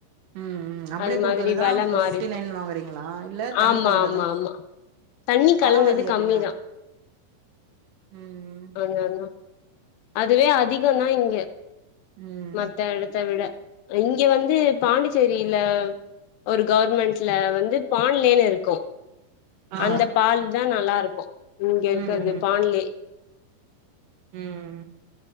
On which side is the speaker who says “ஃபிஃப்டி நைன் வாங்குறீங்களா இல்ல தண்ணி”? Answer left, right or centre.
Right